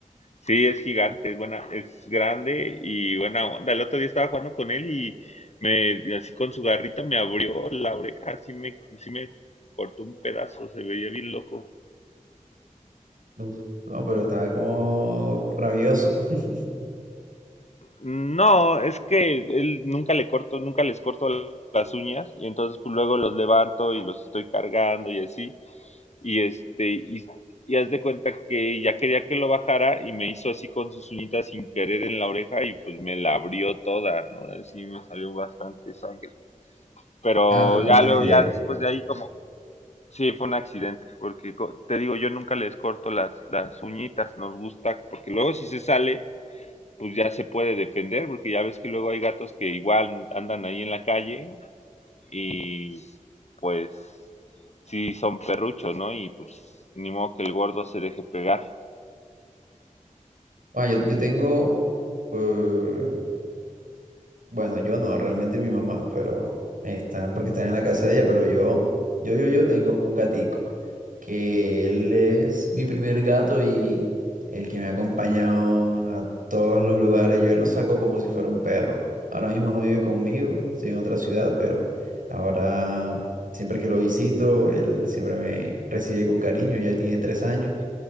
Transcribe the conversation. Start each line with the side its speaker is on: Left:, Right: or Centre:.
Left: Sí, es gigante, es buena, es grande y buena onda. El otro día estaba jugando con él y me, así con su garrita me abrió la oreja, así me, sí me cortó un pedazo, se veía bien loco.
Right: Uf. No, pero estaba como rabioso. <laughs>
Left: No, es que él nunca le corto, nunca les corto las uñas y entonces pues luego los levanto y los estoy cargando y así. Y este, y, y haz de cuenta que ya quería que lo bajara y me hizo así con sus uñitas sin querer en la oreja y pues me la abrió toda, ¿no? Así me salió bastante sangre. pero
Right: Ah, fue como
Left: ya
Right: un accidente.
Left: luego, ya después de ahí como, sí, fue un accidente, porque co- te digo, yo nunca les corto las, las uñitas, nos gusta, porque luego si se sale, pues ya se puede defender, porque ya ves que luego hay gatos que igual andan ahí en la calle y pues sí son perruchos, ¿no? Y pues ni modo que el gordo se deje pegar.
Right: Bueno, yo, yo tengo, eh, Bueno, yo no, realmente mi mamá, pero están porque están en la casa de ella, pero yo, yo, yo, yo tengo un gatico, que él es mi primer gato y el que me ha acompañado a todos los lugares, yo lo saco como si fuera un perro. Ahora mismo no vive conmigo, estoy en otra ciudad, pero ahora siempre que lo visito, él siempre me recibe con cariño, ya él tiene tres años.